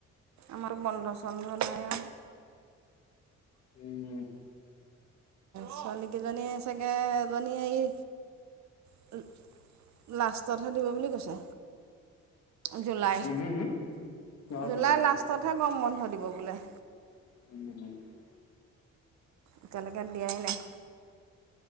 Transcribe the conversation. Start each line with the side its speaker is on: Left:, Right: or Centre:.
Right: আমাৰ বন্ধ-চন্ধ নাই।
Left: উম!
Right: ছোৱালীকেইজনীয়ে চাগে, এজনী হেৰি <unintelligible> লাষ্টতহে দিব বুলি কৈছে। জুলাই,
Left: উম হু হু, অ
Right: জুলাই
Left: যোগাৰ
Right: লাষ্টতহে, গৰম বন্ধ দিব বোলে।
Left: <unintelligible>
Right: এতিয়ালৈকে দিয়াই নাই?